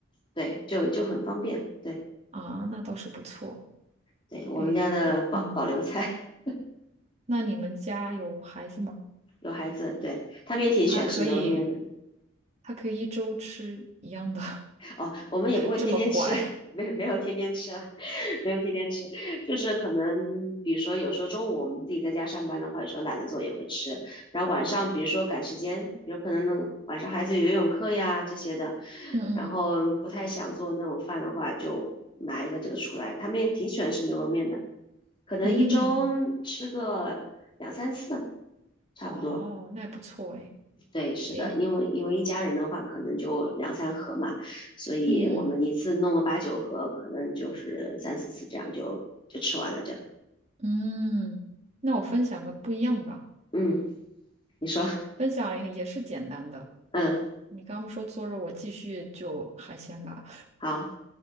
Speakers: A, on the left; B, on the right.
A: 对，就就很方便。对，
B: 啊，那倒是不错。
A: 对，我们家的保保留菜，
B: 诶，我嗯，
A: <laughs>
B: 那你们家有孩子吗？
A: 有孩子，对，他们也挺喜欢吃牛肉面的。
B: 他可以，他可以一周吃一样的。
A: 哦，我们也不会天天吃，
B: 这么乖。
A: <laughs> 没没有天天吃了，<laughs> 没有天天吃，就是可能比如说有时候中午我们自己在家上班的话，有时候懒得做也会吃，然后晚上比如说赶时间，
B: 哦，
A: 有可能能晚上孩子有游泳课呀这些的，
B: 嗯嗯
A: 然后不太想做那种饭的话，就拿一个这个出来，他们也挺喜欢吃牛肉面的，可能一周吃个两三次，
B: 嗯，嗯，
A: 差不多。
B: 哦，那也不错诶，
A: 对，是的，
B: 诶，
A: 因为因为一家人的话，可能就两三盒嘛，所以我们一次弄个八九盒，
B: 嗯
A: 可能就是三四次这样就就吃完了这样。
B: 嗯，那我分享个不一样的吧，
A: 嗯，你说，
B: 分享也也是简单的。
A: 嗯，
B: 你刚刚说做肉，我继续就海鲜吧，
A: 好，